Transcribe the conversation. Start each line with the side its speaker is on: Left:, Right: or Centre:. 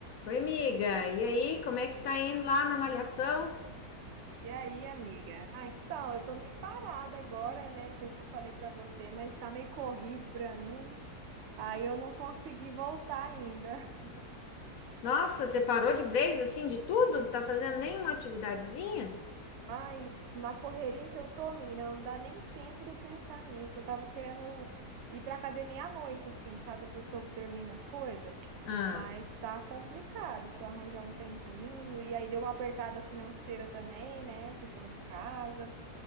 Left: Oi, amiga. E aí, como é que tá indo lá na malhação?
Right: E aí, amiga? Ah, então, eu tô meio parada agora, né? Não sei se eu falei pra você, mas tá meio corrido pra mim. Aí eu não consegui voltar ainda.
Left: Nossa, você parou de vez assim de tudo? Não tá fazendo nenhuma atividadezinha?
Right: <laughs> Ai, na correria que eu tô, menina, não dá nem tempo de eu pensar nisso. Eu tava querendo ir pra academia à noite, assim, sabe? Depois que eu termino as coisas.
Left: Ah,
Right: Mas tá complicado pra arranjar um tempinho. E aí deu uma apertada financeira também, né? Questão de casa.